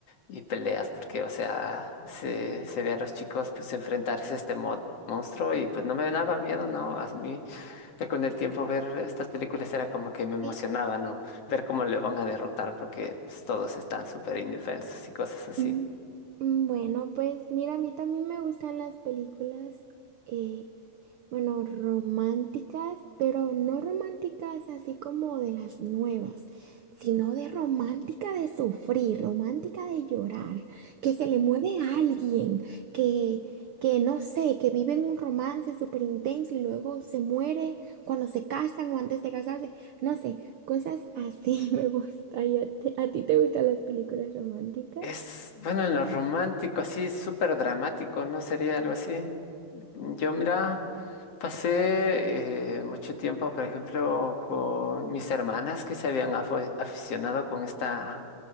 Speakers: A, on the left; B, on the right.
A: y peleas, porque, o sea, se, se ve a los chicos pues enfrentarse a este mo- monstruo y pues no me daba miedo, ¿no? A mí, ya con el tiempo ver estas películas era como que me emocionaba,
B: sí
A: ¿no? Ver cómo le van a derrotar porque pues, todos están súper indefensos y cosas así.
B: Mm, mm, Bueno, pues mira, a mí también me gustan las películas, eh, bueno, románticas, pero no románticas así como de las nuevas, sino de romántica de sufrir, romántica de llorar, que se le muere a alguien, que, que no sé, que viven un romance súper intenso y luego se muere cuando se casan o antes de casarse, no sé, cosas así <laughs> me gusta. ¿Y a ti a ti te gustan las películas románticas?
A: Es, bueno, en lo romántico, así súper dramático, ¿no? Sería algo así. Yo, mira, pasé eh, mucho tiempo, por ejemplo, con mis hermanas que se habían afo- aficionado con esta,